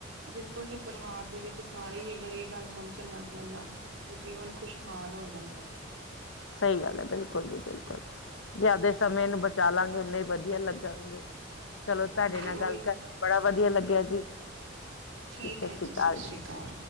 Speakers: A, on the right; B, on the left.
A: ਬਿਲਕੁਲ ਜੀ ਪਰਿਵਾਰ ਦੇ ਵਿੱਚ ਸਾਰੇ ਹੀ ਅਗਰ ਇਹ ਗੱਲ ਸਮਝਣ ਲੱਗ ਜਨ ਨਾ ਤੇ ਜੀਵਨ ਖੁਸ਼ਹਾ ਲ ਓ ਜਾਂਦਾ।
B: ਸਹੀ ਗੱਲ ਐ ਬਿਲਕੁਲ ਜੀ ਬਿਲਕੁਲ। ਜ਼ਿਆਦਾ ਸਮੇਂ ਨੂੰ ਬਚਾ ਲਾਂਗੇ ਓਨੇ ਈ ਵਧੀਆ ਲੱਗਾਂਗੇ ਚਲੋ ਤੁਆਡੇ
A: ਹਾਂਜੀ
B: ਨਾਲ
A: ਉਹੀ
B: ਗੱਲ ਕਰਕੇ ਬੜਾ ਵਦੀਆ ਲੱਗਿਆ ਜੀ
A: ਠੀਕ
B: ਸਾਸੀ
A: ਹੈ ਸਤਿ
B: ਕਾਲ
A: ਸ਼੍ਰੀ
B: ਜੀ।
A: ਅਕਾਲ